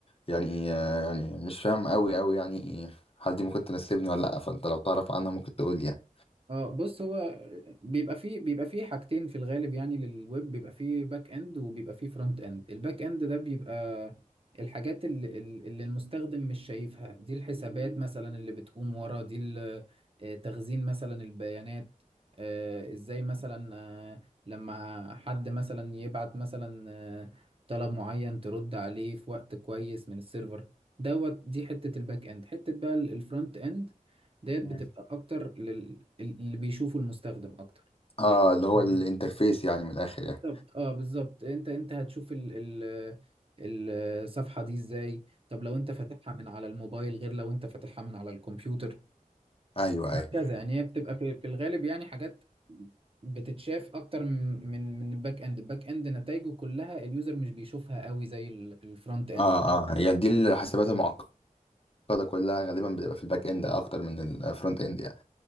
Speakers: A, on the left; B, on the right.
A: يعني آه، يعني مش فاهم قوي قوي يعني هل دي ممكن تناسبني ولا لا فانت لو تعرف عنها ممكن تقول لي يعني.
B: اه بص هو بيبقى فيه بيبقى فيه حاجتين في الغالب يعني للويب بيبقى فيه باك اند وبيبقى فيه فرونت اند الباك اند ده بيبقى الحاجات اللي, اللي المستخدم مش شايفها دي الحسابات مثلا اللي بتقوم ورا دي ال- آه، تخزين مثلا البيانات آه، ازاي مثلا آه، لما حد مثلا يبعت مثلا آه، طلب معين ترد عليه في وقت كويس من السيرفر دوت دي حتة الباك اند حتة بقى الفرونت اند ديت
A: مم.
B: بتبقى اكتر لل... اللي بيشوفه المستخدم اكتر
A: اه
B: آه،
A: اللي هو
B: إزاي؟
A: الانترفيس يعني من الاخر يعني
B: بالظبط اه بالظبط انت انت هتشوف ال... ال... الصفحة دي ازاي طب لو انت فاتحها من على الموبايل غير لو انت فاتحها من على الكمبيوتر
A: ايوه
B: وهكذا
A: ايوه
B: يعني هي بتبقى في, في الغالب يعني حاجات بتتشاف اكتر من من من الباك اند الباك اند نتائجه كلها اليوزر مش بيشوفها قوي زي ال- الفرونت اند
A: اه اه يعني دي الحسابات المعقده كلها غالبا بتبقى في الباك اند اكتر من الفرونت اند يعني